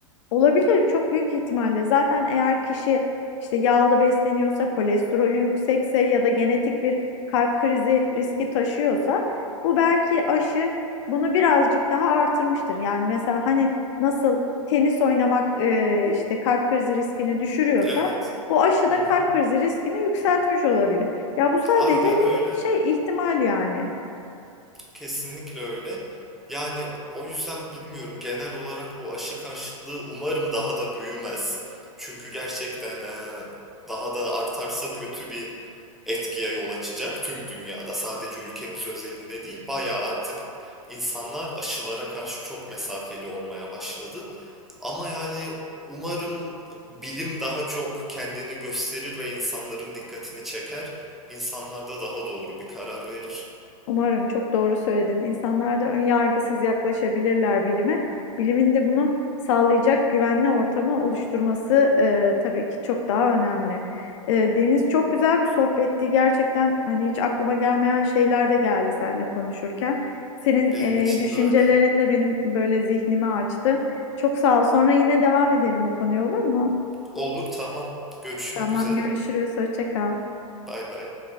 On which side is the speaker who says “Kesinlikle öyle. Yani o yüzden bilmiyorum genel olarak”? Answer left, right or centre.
Centre